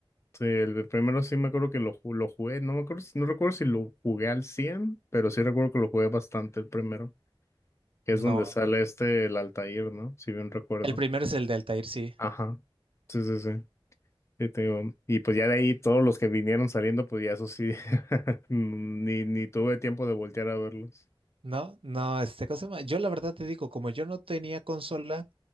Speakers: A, on the left (about 30°); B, on the right (about 70°).
A: Sí, el de primero sí me acuerdo que lo, ju- lo jugué, no me acuerdo, si- no recuerdo si lo jugué al cien pero sí recuerdo que lo jugué bastante el primero, que
B: No,
A: es donde sale este, el Altair, ¿no? Si bien recuerdo.
B: el primero es el de Altair, sí.
A: Ajá. Sí, sí, sí. Sí, te digo, Y pues ya de ahí todos los que vinieron saliendo, pues ya eso sí, <laughs> ni, ni tuve tiempo de voltear a verlos.
B: No, no, este, ¿cómo se llama? Yo la verdad te digo, como yo no tenía consola,